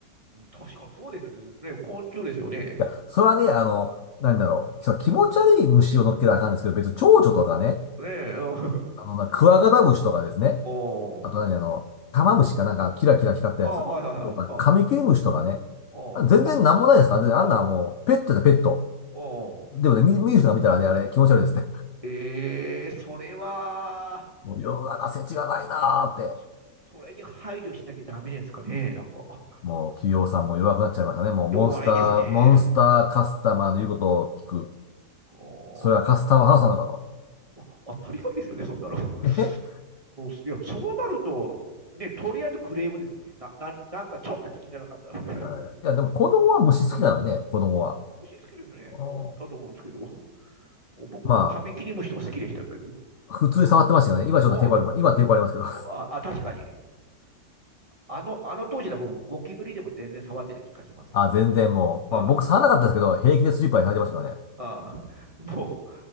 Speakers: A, on the right; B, on the left.
A: い。確かにそうですよね。ね、昆虫ですよね。
B: いや、それはね、あの、なんだろう、そう気持ち悪い虫を乗っけたらあかんですけど、
A: あ、
B: 別に蝶々とかね、
A: ねえ、うん
B: あの、なクワガタムシとかですね、
A: <laughs> おー。
B: あと何あの、玉虫かなんかキラキラ光ったやつとか、
A: あーはいはいはい。あ、
B: カミキリムシとかね。
A: おー。
B: あ全然なんもないですから全然あんなもう、
A: あ、おー、
B: ペットだペット。
A: おー。
B: でもね、見、見る人が見たらね、あれ気持ち悪いですね。
A: えーそれは、
B: <laughs> もう世の中世知がないなーって。
A: そ、それに配慮しなきゃダメですかね。なんか、
B: もう企業さんも弱くなっちゃいましたね。もうモンスター、
A: 弱いですね。
B: モンスターカスタマーの言うことを聞く。
A: おー。
B: それはカスタマーハラスなのかと。
A: あ当たり前ですよね、そんなの。<laughs>
B: <laughs> えへ
A: うんいや、そうなると、ね、とりあえずクレームですよね。な、なに、なんかちょっと気に入らなかったら。
B: だからねいや、
A: <laughs>
B: でも子供は虫好きなのにね、子供は。
A: もう虫好きですよね。
B: うん
A: だと思うんですけど。僕もカミキリムシとか好きでしたけど。
B: まあ、普通に触ってましたよね。今ちょっと抵抗ある、
A: お
B: 今抵抗ありますけど。
A: あ、あ確かに。あの、あの当時だ僕、ゴキブリでも全然触ってた気がしますわ。
B: あ、全然もう、
A: あ
B: まあ、僕触らなかったですけど、平気でスリッパにされてましたからね。
A: あ、ああ、も